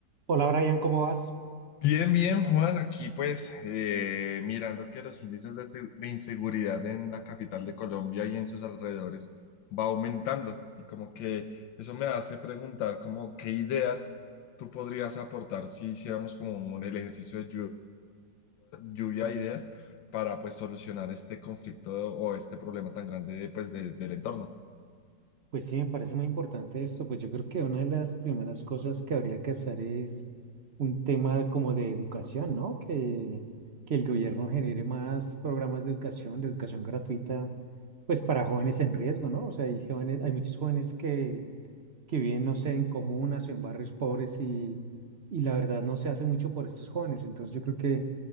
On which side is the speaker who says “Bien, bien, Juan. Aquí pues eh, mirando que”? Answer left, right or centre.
Left